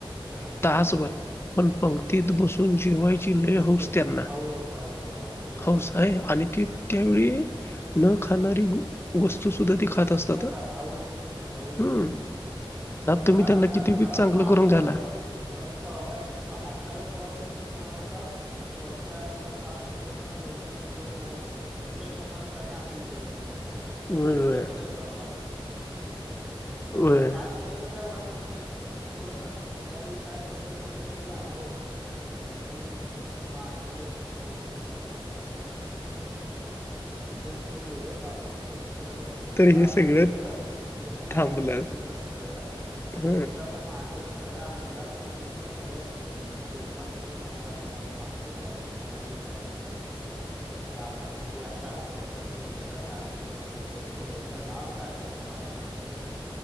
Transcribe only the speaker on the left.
तासभर पण, पंक्तीत बसून. जेवायची लय होऊस
त्यांना,
हाऊस
आहे
आणि ती. त्यावेळी न खाणारी वस्तू सुद्धा ती खात असतात
हम्म
तुम्ही त्यांना किती
बी चांगलं
करून घाला
व्हय व्हय
व्हय
तर
हे सगळं
थांबलं
ह